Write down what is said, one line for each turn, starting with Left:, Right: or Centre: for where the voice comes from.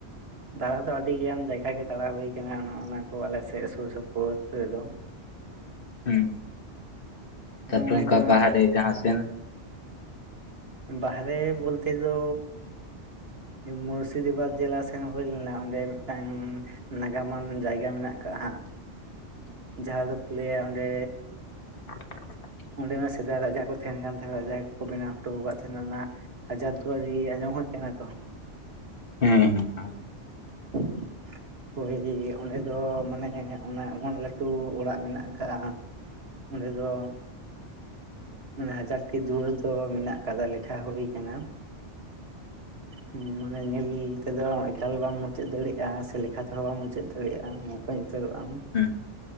Right: ᱫᱟᱬᱟ ᱫᱚ ᱟᱹᱰᱤᱜᱟᱱ ᱡᱟᱭᱜᱟ ᱜᱮ ᱫᱟᱬᱟ ᱦᱩᱭ ᱠᱟᱱᱟ ᱱᱚᱜᱼ ᱱᱚᱣᱟ ᱠᱚ ᱟᱞᱮ ᱥᱮᱫ ᱥᱩᱨ ᱥᱩᱯᱩᱨ ᱨᱮᱫᱚ, <inaudible>
Left: ᱦᱮᱸ ᱛᱟᱯᱚᱨᱮ
Right: ᱱᱚᱜᱼᱚᱭ
Left: ᱚᱱᱠᱟ
Right: ᱡᱮ
Left: ᱵᱟᱦᱮ ᱡᱟᱦᱟᱸ ᱥᱮᱱ?
Right: ᱵᱟᱦᱨᱮ ᱵᱚᱞᱛᱮ ᱫᱚ ᱢᱩᱨᱥᱤᱫᱟᱵᱟᱫᱽ ᱡᱮᱞᱟ ᱥᱮᱱ ᱦᱩᱭ ᱞᱮᱱᱟ ᱚᱸᱰᱮ ᱢᱤᱫᱴᱟᱝ ᱱᱟᱜᱟᱢᱟᱱ ᱡᱟᱭᱜᱟ ᱢᱮᱱᱟᱜ ᱟᱠᱟᱫ ᱦᱟᱜ ᱡᱟᱦᱟᱸ ᱫᱚᱠᱚ ᱞᱟᱹᱭᱟ ᱚᱸᱰᱮ
Left: <inaudible>
Right: ᱚᱸᱰᱮ ᱚᱱᱟ ᱥᱮᱫᱟᱭ ᱨᱟᱡᱟ ᱠᱚ ᱛᱟᱦᱮᱱ ᱠᱟᱱ ᱛᱟᱦᱮᱱᱟ ᱨᱟᱡᱟ ᱠᱚᱠᱚ ᱵᱮᱱᱟᱣ ᱦᱚᱴᱚ ᱟᱠᱟᱫ ᱛᱟᱦᱮᱱᱟ ᱚᱱᱟ ᱦᱟᱡᱟᱨ ᱫᱩᱣᱟᱨᱤ ᱟᱸᱡᱚᱢ ᱦᱚᱸ ᱠᱟᱱᱟ ᱛᱚ?
Left: ᱦᱮᱸ ᱦᱮᱸ
Right: <unintelligible> ᱦᱳᱭ ᱚᱸᱰᱮ ᱫᱚ ᱢᱟᱱᱮ ᱚᱱᱟ ᱮᱢᱚᱱ ᱞᱟᱹᱴᱩ ᱚᱲᱟᱜ ᱢᱮᱱᱟᱜ ᱟᱠᱟᱟᱜᱼᱟ ᱚᱸᱰᱮ ᱫᱚ ᱢᱟᱱᱮ ᱦᱟᱡᱟᱨᱴᱤ ᱫᱩᱣᱟᱹᱨ ᱫᱚ ᱢᱮᱱᱟᱜ ᱠᱟᱫᱟ ᱞᱮᱠᱷᱟ ᱦᱩᱭ ᱠᱟᱱᱟ, ᱦᱩᱸ ᱢᱟᱱᱮ ᱧᱮᱞ ᱛᱮᱫᱚ ᱮᱠᱟᱞ ᱵᱟᱢ ᱢᱩᱪᱟᱹᱫ ᱫᱟᱲᱮᱭᱟᱜᱼᱟ ᱥᱮ ᱞᱮᱠᱷᱟ ᱛᱮᱦᱚᱸ ᱵᱟᱢ ᱢᱩᱪᱟᱹᱫ ᱫᱟᱲᱮᱭᱟᱜᱼᱟ ᱢᱚᱠᱚᱧ ᱩᱛᱟᱹᱨᱚᱜᱼᱟᱢ᱾
Left: ᱦᱮᱸ